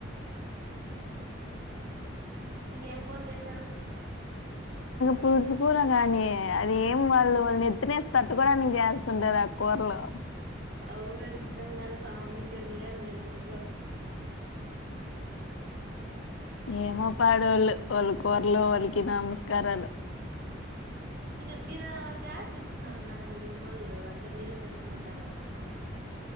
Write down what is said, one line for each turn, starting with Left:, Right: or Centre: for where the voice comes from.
Right: మీకేం కూర చేసారు
Left: కుడుచుకోరగాని అది ఏం వాళ్ళు వాళ్ళు ఎత్త్తినేసి తట్టుకోడానికి చేస్తుంటారు ఆ కూరలు
Right: అవును నిజంగానే సామి తినలేము నెల్లూరులో
Left: ఏమో పాడు వాళ్ళు వాళ్ళ కూరలు వాళ్ళకి నమస్కారాలు
Right: మీద మీద గ్యాస్ తెచ్చుకున్నారూ మీ రూంళ్ళు అంటే మీరే చేస్కొని దింటారు కదా వంట